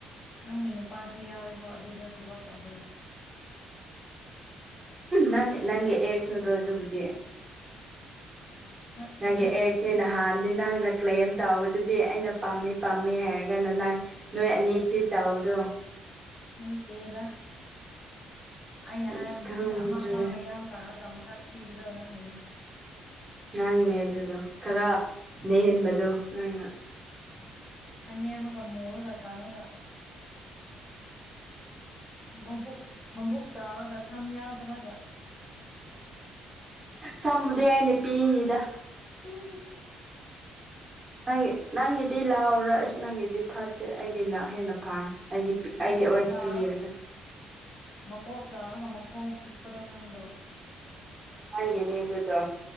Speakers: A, on the left; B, on the right.
A: ꯅꯪꯒꯤ ꯅꯨꯄꯥꯁꯨ ꯌꯥꯎꯋꯤ ꯀꯣ ꯑꯗꯨꯗ ꯊꯕꯛ ꯇꯧꯕꯗ
B: ꯅꯪ ꯅꯪꯒꯤ ꯑꯦꯛꯁ ꯅꯠꯇ꯭ꯔꯣ ꯑꯗꯨꯕꯨꯗꯤ
A: ꯅꯠꯇꯦꯗ
B: ꯅꯪ ꯑꯦꯁꯅꯤꯅ ꯍꯥꯥꯟ ꯑꯗꯩ ꯅꯪꯅ ꯀ꯭ꯂꯦꯝ ꯇꯥꯎꯕꯗꯨꯗꯤ ꯑꯩꯅ ꯄꯥꯝꯃꯦ ꯄꯥꯝꯃꯦ ꯍꯥꯏꯔꯒꯅ ꯅꯍꯪ ꯅꯣꯏ ꯑꯅꯤ ꯎꯆꯤꯠꯥꯎꯗꯣ
A: ꯎ ꯇꯗ ꯑꯩꯅ
B: ꯑꯁ
A: ꯍꯥꯏꯕꯗꯤ
B: ꯈꯪꯗ꯭ꯔꯦ
A: ꯑꯃ ꯈꯔ ꯃꯌꯥꯡ ꯀꯥꯉꯒ ꯃꯁꯛ ꯊꯤꯕꯗꯕ ꯅꯪꯒꯤꯅꯦ
B: ꯅꯪꯅꯦꯦ ꯑꯗꯨꯗꯣ ꯈꯔ ꯅꯦꯝꯕꯗꯣ ꯅꯪꯅ
A: ꯑ ꯅꯦꯝꯃꯒ ꯃꯣꯨꯔꯒ ꯀꯥꯡꯂꯒ ꯃꯕꯨꯛ ꯃꯕꯨꯛ ꯆꯥꯎꯔꯒ ꯁꯝ ꯌꯥꯗꯔꯒ
B: ꯁꯝꯕꯗꯤ ꯑꯩꯅ ꯄꯤꯏꯉꯤꯗ
A: ꯍꯝ
B: ꯅꯪꯒꯤ ꯅꯪꯒꯤꯗꯤ ꯂꯥꯎꯔꯣ ꯑꯩꯁꯨ ꯅꯪꯒꯤꯗꯤ ꯐꯠꯇꯦ ꯑꯩꯒꯤꯅ ꯍꯦꯟꯅ ꯑꯩꯒꯤ
A: ꯃꯀꯣꯛ
B: ꯑꯩꯒꯤ ꯑꯣꯏꯅ
A: ꯆꯥꯎꯔ
B: ꯄꯤꯔꯒ
A: ꯃꯀꯣꯛ ꯆꯥꯔꯒ ꯃꯈꯣꯡ ꯄꯤꯛꯄꯗ ꯈꯪꯗ꯭ꯔꯣ
B: ꯅꯦꯅꯦ ꯑꯗꯨꯗꯨꯗꯣ